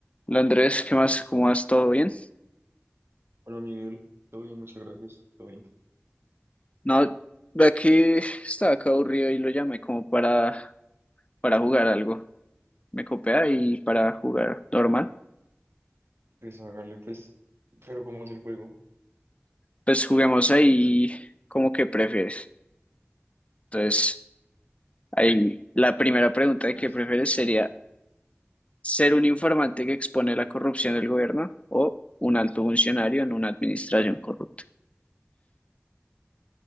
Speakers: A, on the left (about 30°); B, on the right (about 60°).
A: Hola Andrés, ¿qué más? ¿Cómo vas? ¿Todo bien?
B: Hola Miguel, todo bien, muchas gracias, todo bien.
A: No, de aquí estaba acá aburrido y lo llamé como para, para jugar algo. Me copia y para jugar normal.
B: Pues hágale, pues, pero ¿cómo es el juego?
A: Pues juguemos ahí como que prefieres. Entonces, ahí la primera pregunta
B: ¿Prefieres?
A: de qué prefieres
B: Ok.
A: sería ser un informante que expone la corrupción del gobierno o un alto funcionario en una administración corrupta.